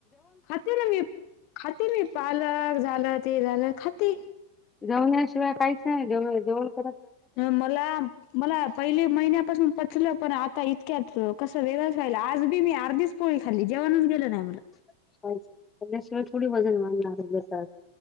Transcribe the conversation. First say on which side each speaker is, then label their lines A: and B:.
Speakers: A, on the left; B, on the left.
A: खाते ना मी खाते मी पालक झालं ते झालं खाते.
B: जवण्याशिवाय काहीच नाही जव ज.
A: अ मला मला पहिले महिन्यापासून पचलं पण आता इतक्यात कसं वेगळंच व्हायला आज बी मी अर्धीच? पोळी खाली जेणच गेल नाही मुलं.
B: सिवाय ोडी वजन वाढ लागसा